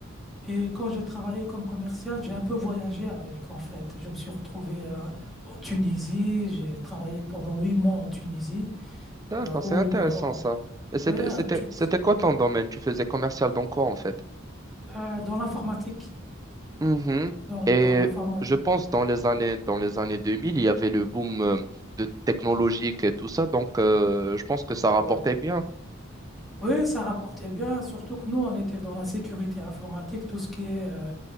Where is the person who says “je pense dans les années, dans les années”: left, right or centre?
Right